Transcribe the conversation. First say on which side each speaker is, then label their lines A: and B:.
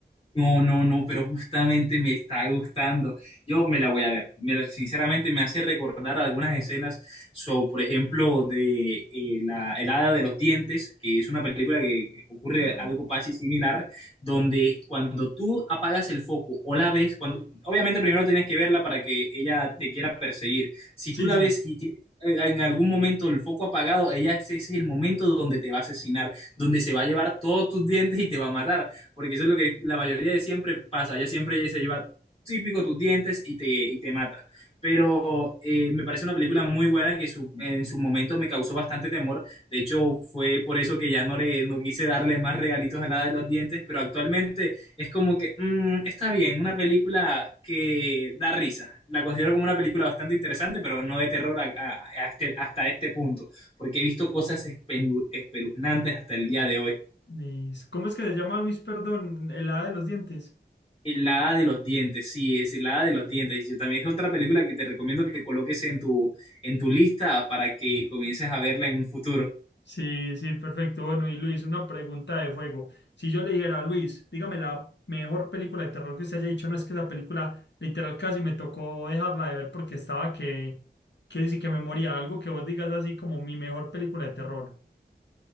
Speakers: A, on the left; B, on the left.
A: No, no, no, pero justamente me está gustando. Yo me la voy a ver. Me la- sinceramente me hace recordar algunas escenas, so, por ejemplo, de eh, la, El Hada de los Dientes, que es una película que ocurre
B: Ah,
A: algo casi similar, donde cuando tú apagas el foco o la ves, cuando, obviamente primero tienes que verla para que ella te quiera perseguir. Si
B: Sí,
A: tú la
B: sí.
A: ves y tienes eh, en algún momento el foco apagado, ella ese ese es el momento donde te va a asesinar, donde se va a llevar todos tus dientes y te va a matar porque eso es lo que la mayoría de siempre pasa, ya siempre se lleva típico tus dientes y te, y te mata. Pero eh, me parece una película muy buena que su- en su momento me causó bastante temor. De hecho, fue por eso que ya no, le, no quise darle más regalitos a la de los dientes, pero actualmente es como que mm, está bien, una película que da risa. La considero como una película bastante interesante, pero no de terror a- a- a este- hasta este punto, porque he visto cosas espelu- espeluznantes hasta el día de hoy.
B: Mis- ¿Cómo es que se llama Luis, perdón? El hada de los dientes.
A: El hada de los dientes, sí, es el hada de los dientes. Yo también es otra película que te recomiendo que coloques en tu, en tu lista para que comiences a verla en un futuro.
B: Sí, sí, perfecto. Bueno, y Luis, una pregunta de fuego. Si yo le dijera a Luis, dígame la mejor película de terror que usted haya dicho, no es que la película literal casi me tocó dejarla de ver porque estaba que, que sí que me moría. Algo que vos digas así como mi mejor película de terror.